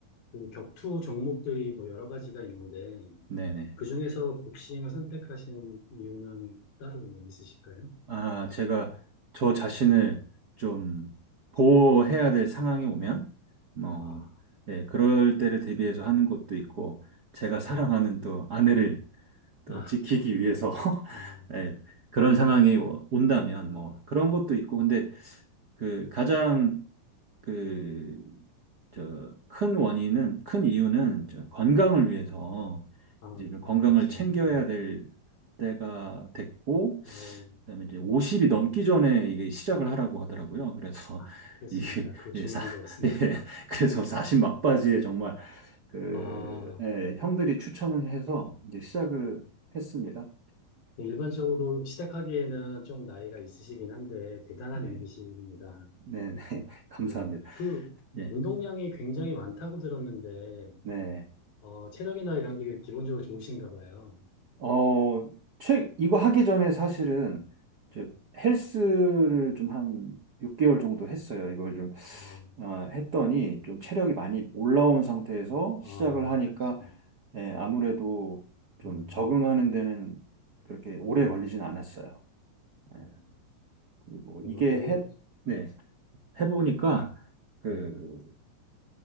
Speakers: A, on the left; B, on the right.
A: 그 격투 종목들이 뭐 여러 가지가 있는데
B: 네네.
A: 그중에서 복싱을 선택하신 이유는 따로 있으실까요?
B: 아, 제가 저 자신을 좀 보호해야 될 상황이 오면, 뭐,
A: 아,
B: 예, 그럴 때를 대비해서 하는 것도 있고, 제가
A: 음,
B: 사랑하는 또 아내를 또
A: 아,
B: 지키기 위해서, <laughs>
A: 아,
B: 예, 그런 상황이 뭐 온다면,
A: 음,
B: 뭐, 그런 것도 있고, 근데 그 가장 그, 저, 큰 원인은, 큰 이유는 저 건강을 위해서
A: 아,
B: 이제 좀
A: 네,
B: 건강을
A: 그렇죠.
B: 챙겨야
A: 음,
B: 될 때가 됐고,
A: 어,
B: 그다음에 이제 50이 넘기 전에 이게 시작을 하라고 하더라고요. 그래서
A: 아,
B: <laughs>
A: 그렇습니다.
B: 이게,
A: 그거 중요한
B: 예, 사,
A: 것 같습니다.
B: <laughs> 예, 그래서 사십 막바지에 정말 그,
A: 아, 아,
B: 예, 형들이 추천을 해서 이제 시작을 했습니다.
A: 네, 일반적으로 시작하기에는 좀 나이가 있으시긴 한데 대단한
B: 예,
A: 용기십니다.
B: 네네. <laughs> 감사합니다.
A: 네, 그
B: 예,
A: 운동량이 굉장히 많다고 들었는데
B: 네.
A: 어, 체력이나 이런 게 기본적으로 좋으신가 봐요.
B: 어, 최, 이거 하기 전에 사실은 이제 헬스를 좀 한 6개월 정도 했어요. 이걸 좀
A: 아,
B: 어, 했더니 좀 체력이 많이 올라온 상태에서
A: 아,
B: 시작을 하니까
A: 그러시군요.
B: 예, 아무래도 좀
A: 음,
B: 적응하는 데는 그렇게 오래
A: 음,
B: 걸리진 않았어요. 예,
A: 음.
B: 그리고
A: 어,
B: 이게
A: 되게,
B: 해, 네, 해보니까 그,
A: 네,